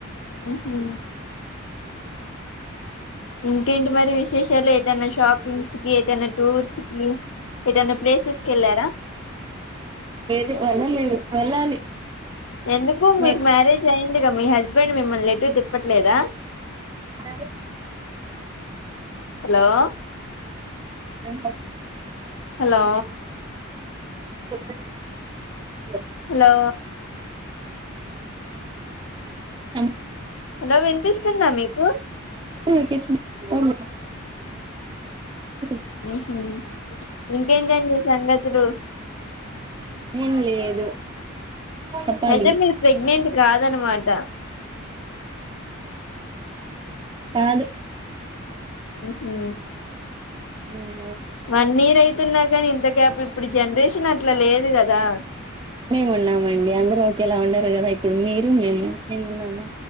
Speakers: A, on the left (about 70°); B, on the right (about 20°).
A: ఉహ్ హు ఇంకేంటి మరి విశేషాలు? ఏటైనా షాపింగ్స్ కి, ఏటైనా టూర్స్ కి ఏటన్న ప్లేసెస్ కెళ్ళారా?
B: లేదు వెళ్ళాలి వెళ్ళాలి
A: ఎందుకు
B: మరి
A: మీకు మ్యారేజ్ అయిందిగా. మీ హస్బెండ్ మిమ్మల్నీ ఏటు తిప్పట్లేదా?
B: సల్డ్రి
A: హలో
B: టైం పప్
A: హలో
B: చెప్పాన్ <inaudible>
A: హలో
B: సం
A: హలో వినిపిస్తుందా మీకు?
B: టు ఇరిటేషన్ ఏం చేసినా
A: ఉహ్ హు ప్చ్ ఇంకేంటండి సంగతులు.
B: ఏం లేదు చెప్పాలి
A: అయితే మీరు ప్రెగ్నెంట్ కాదనమాట.
B: కాదు
A: ఉహ్ హు
B: ఇంగా ఏం
A: వన్నీరుైతున్నాగానీ ఇంత గ్యాప్, ఇప్పుడు జనరేషన్ అట్లా లేదు గదా.
B: మేము ఉన్నామండి. అందర్ రూ ఓకే అలా ఉండరు గాదా. ఇప్పుడు మీరు, మేము సేమ్ ఉన్నామా?